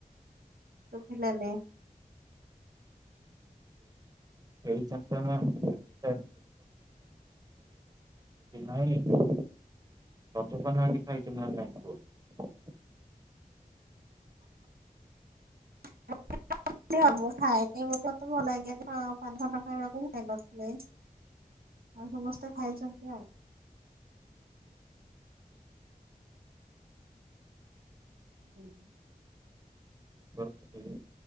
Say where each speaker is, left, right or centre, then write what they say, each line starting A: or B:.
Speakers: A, on the right; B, on the right.
A: ଶୁଭିଲା ନାହିଁ।
B: ଏଇ <unintelligible> ନାଇଁ ରିଭିଉ। <unintelligible>
A: <unintelligible> ମୁ ଖାଇନି ବୋଲି ତ, ଭଲ ଲାଗେ ନ ପାନ ଖ ନ ଖାଇବାକୁ ଖାଇ ନଥିଲେ। ଆଉ ସମସ୍ତେ ଖାଇଛନ୍ତି ଆଉ। ହୁଁ।
B: ରଜରେ